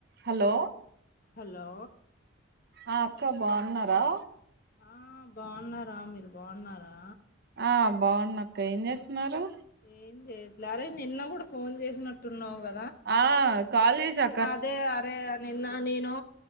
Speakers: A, on the right; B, on the left.
A: Hello
B: hello
A: ఆ అక్క బాగున్నారా
B: ఆ బాగున్నారా మీరు బాగున్నారా
A: ఆ బాగున్నా అక్క ఏం చేస్తున్నారు
B: ఏం చేయట్లే అరే నిన్న కూడా ఫోన్ చేసినట్టున్నావు గ
A: ఆ కాల్ జేశా
B: అదే అరే నిన్న నేను